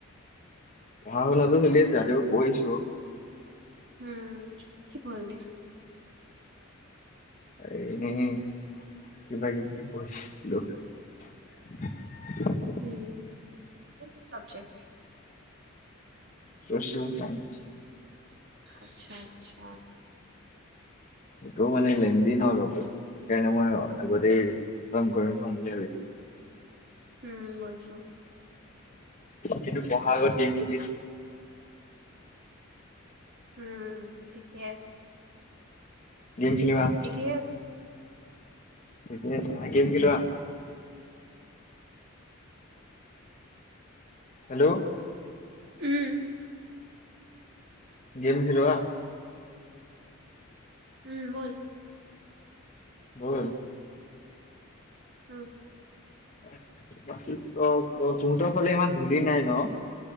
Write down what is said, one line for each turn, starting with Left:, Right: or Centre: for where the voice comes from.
Left: পঢ়া শুনাটো চলি আছে, ৰাতিপুৱা পঢ়িছোঁ।
Right: উম, কি পঢ়িলি?
Left: এনেই কিবা কিবি পঢ়িছিলোঁ। <unintelligible>
Right: উম, কোনটো চাব্জেক্ট?
Left: Social science.
Right: আচ্ছা-আচ্ছা।
Left: সেইটো মানে লেনদি ন অলপ বস্তুটো? সেইকাৰণে মই আগতেই খতম কৰি থম বুলি ভাবিছোঁ।
Right: উম মচ
Left: কিন্তু পঢ়া আাগত গেম খেলি আছিলোঁ।
Right: উম, ঠিকে আছে।
Left: গেম খেলিম আহ।
Right: ঠিকে আছে।
Left: ঠিকে আছে, আহ গেম খেলো আহ। হেল্ল'?
Right: উম
Left: গেম খেলো আহ।
Right: উম, বল।
Left: বল
Right: উম।
Left: <unintelligible> তহঁতৰ ফালে ইমান ধূলি নাই ন?